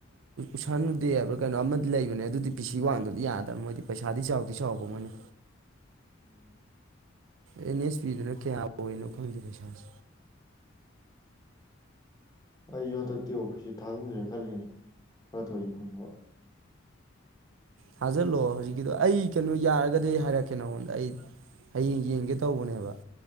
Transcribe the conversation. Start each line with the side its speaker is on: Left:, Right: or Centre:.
Right: ꯏꯁꯥꯟ ꯎ ꯎꯗꯦ ꯍꯥꯏꯕ꯭ꯔ ꯀꯩꯅꯣ ꯑꯃꯗꯤ ꯂꯩꯕꯅꯦ ꯑꯗꯨꯗꯤ ꯄꯤ_ꯁꯤ ꯋꯥꯡꯗꯗꯤ ꯌꯥꯗꯕꯅꯦ ꯃꯣꯏꯗꯤ ꯄꯩꯁꯥꯗꯤ ꯆꯥꯎꯗꯤ ꯆꯥꯎꯕ ꯃꯣꯏꯅ꯫
Left: ꯎꯝ꯫
Right: ꯑꯦꯟ_ꯑꯦꯁ_ꯄꯤ ꯗꯨꯅ ꯀꯌꯥ ꯑꯣꯏꯅꯣ ꯈꯪꯗꯦ ꯄꯩꯁꯥꯁꯤ꯫
Left: ꯑꯩꯖꯨ ꯍꯟꯗꯛꯇꯤ ꯑꯣ_ꯕꯤ_ꯁꯤ ꯊꯥꯖꯤꯟꯖꯤꯔ ꯈꯜꯂꯤꯅꯦ ꯈꯔ ꯇꯧꯔꯤꯁꯦ ꯐꯪꯅꯕ꯫
Right: ꯊꯥꯖꯤꯜꯂꯣꯑꯣ ꯍꯧꯖꯤꯛꯀꯤꯗꯣ ꯑꯩ ꯀꯩꯅꯣ ꯌꯥꯔꯒꯗꯤ ꯍꯥꯏꯔꯛꯀꯦ ꯅꯉꯣꯟꯗ ꯑꯩ ꯍꯌꯦꯡ ꯌꯦꯡꯒꯦ ꯇꯧꯕꯅꯦꯕ꯫